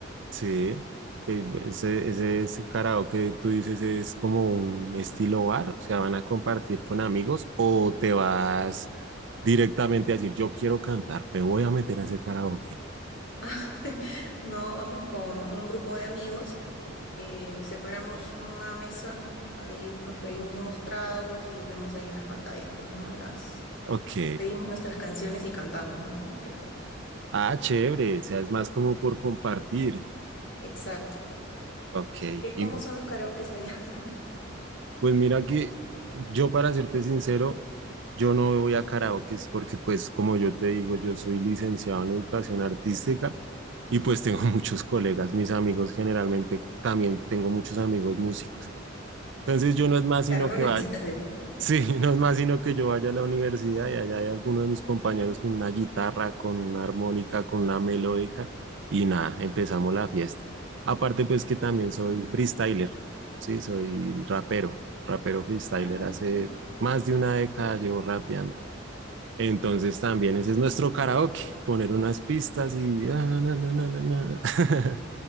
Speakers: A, on the right; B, on the left.
A: Sí. Eh, Ese, ese es karaoke, tú dices, es como un estilo bar, o sea, van a compartir con amigos o te vas directamente a decir, yo quiero cantar, me voy a meter a ese karaoke.
B: <laughs> No, vamos con un grupo de amigos, eh, separamos una mesa, ahí nos pedimos unos tragos y vemos ahí en las pantallas, pues, ¿no? Las
A: Ok.
B: pedimos nuestras canciones y cantamos, ¿no? Entre todos.
A: Ah, chévere, o sea, es más como por compartir.
B: Exacto.
A: Ok.
B: ¿Qué, cómo
A: Y,
B: son los karaokes allá? <laughs>
A: Pues mira que yo para serte sincero, yo no voy a karaokes porque pues como yo te digo, yo soy licenciado en educación artística y pues tengo <laughs> muchos colegas, mis amigos generalmente, también tengo muchos amigos músicos. Entonces yo no es más
B: Claro,
A: sino
B: no
A: que
B: necesitas
A: vaya
B: de eso.
A: Sí, <laughs> no es más sino que yo vaya a la universidad y allá hay alguno de mis compañeros con una guitarra, con una armónica, con una melódica y nada, empezamos la fiesta. Aparte pues que también soy
B: Mm.
A: freestyler, sí, soy rapero, rapero freestyler,
B: Ah,
A: hace más de una década llevo rapeando. Entonces también ese es nuestro karaoke, poner unas pistas y... ah, na, na, na, na, na. <laughs>